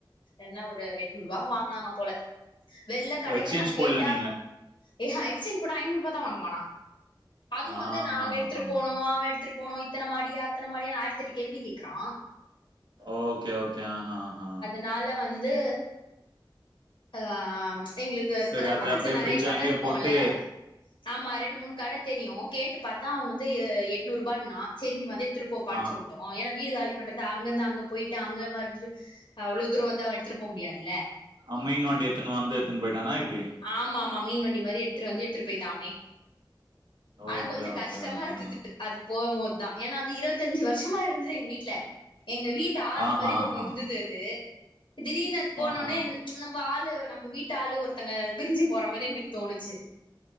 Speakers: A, on the left; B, on the right.
A: என்னா ஒரு எட்நூறு ரூவா வாங்னாங்க போல வெள்ள கடையில
B: ஓ எக்ஸ்சேஞ்ச்
A: நாங்க
B: போடல
A: கேட்டா
B: நீங்க.
A: ஏ ஹை எக்செல் ஐநூறு ரூபா தா வாங்குவானா அது
B: ஆஹாஹா.
A: வந்து நாங்க எடுத்துட்டு போனோ அவ எடுத்துட் போனோ இத்தனை மாடி அத்தனை மாடியா ஆயிரத்திட்டு கேள்வி கேட்கறா
B: ஓகே ஓகே ஆஹா ஹா
A: கால்ல வந்து ஆ பிள்ளைங்களுக்கு
B: சரி
A: <inaudible> அந்த
B: அது அப்படியே
A: நெறைய
B: ஃப்ரிட்ஜ்
A: கடை
B: அங்கேயே
A: இருக்கும்ல
B: போட்டு
A: ஆமா ரியு கேட்டு பாத்தா அவ வந்து எட்று ரூபான்னா சரி வந்து எடுத்துட்டு போப்பான்னு
B: ஆ.
A: சொல் ஏன்னா வீடு காலி பண்றது அங்க இருந்து அங்க போயிட்டு அங்க மறந்துட்டு அவ்ளோ தூர வந்து அவ எடுத்துட்டு போ முடியாதுல்ல
B: ஆ மீன் வண்டி எத்துன்னு வந்து எத்துன்னு போயிட்டானா இப்படி
A: ஆமா ஆமா மீன் வண்டி மாரி எடுத்துட்டு வந்து எடுத்துட்டு போய்ட்டா அவனே ஆனா
B: ஓகே,
A: கொஞ்ச
B: ஓகே,
A: கஷ்டமா
B: ஓகே.
A: இருந்தது அது போகும்போது தா ஏன்னா வந்து இருவத்தஞ்சு வருஷமா இருந்தது எங்க வீட்ல எங்க வீட் ட்டு ஆள்
B: ஆஹா,
A: மாரி ஒண்ணு
B: ஆஹா.
A: இருந்தது அது இப்போ திடிர்னு அது போனோனே
B: ஆஹா.
A: நம்ப ஆளு நம்ப வீட்டு ஆளு ஒருத்தங்க பிரிஞ்சு போற மாறி எங்களுக்கு தோணுச்சு